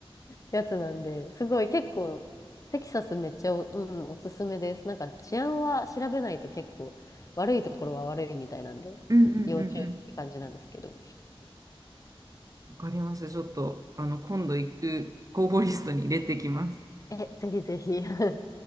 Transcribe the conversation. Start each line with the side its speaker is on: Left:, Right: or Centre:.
Left: やつなんで、すごい結構、テキサスめっちゃお、うん、おすすめです。なんか治安は調べないと結構悪いところは悪いみたいなんで、
Right: うんうんうんう
Left: 要注意って感じなんですけど。
Right: ん。わかりました。ちょっと、あの、今度行く候補リストに入れてきます。
Left: え、ぜひぜひ。<laughs>